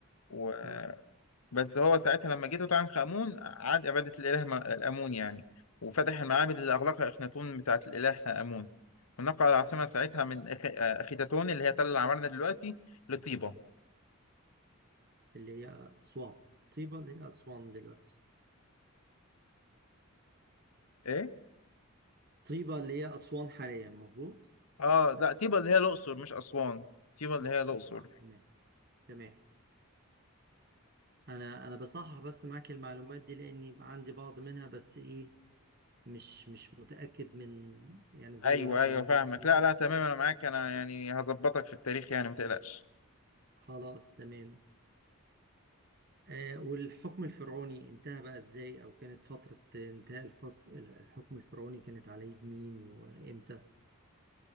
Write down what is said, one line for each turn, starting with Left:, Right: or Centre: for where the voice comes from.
Left: و...
Right: آه.
Left: بس هو ساعتها لما جه توت عنخ امون عاد عباده الاله م- امون يعني وفتح المعابد اللي اغلقها اخناتون بتاعه الاله امون ونقل العاصمه ساعتها من أخ... آه، اخيتاتون اللي هي تل العمارنه دلوقتي لطيبه
Right: اللي هي أسوان طيبة اللي هي أسوان دلوقتي
Left: ايه
Right: طيبة اللي هي أسوان حاليا مظبوط
Left: اه لا طيبه اللي هي الاقصر مش اسوان طيبه اللي
Right: الأقصر
Left: هي الاقصر
Right: اه تمام تمام انا انا بصحح بس معاك المعلومات دي لاني عندي بعض منها بس ايه مش مش متأكد من يعني زي
Left: ايوه
Right: مثلا
Left: ايوه فاهمك
Right: الأقصر.
Left: لا لا تمام انا معاك انا يعني هظبطك في التاريخ يعني ما تقلقش
Right: خلاص تمام آه والحكم الفرعوني انتهى بقى ازاي او كانت فترة انتهاء الفط... الحكم الفرعوني كانت على يد مين وامتى